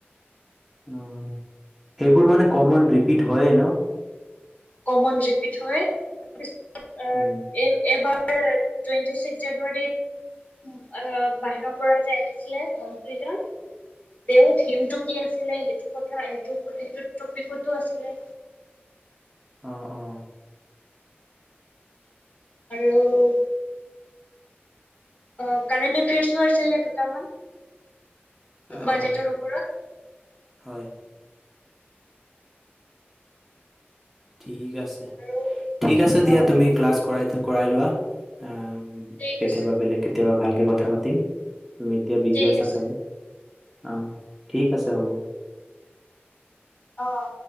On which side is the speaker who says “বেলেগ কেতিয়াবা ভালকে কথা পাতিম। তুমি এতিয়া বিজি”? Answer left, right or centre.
Centre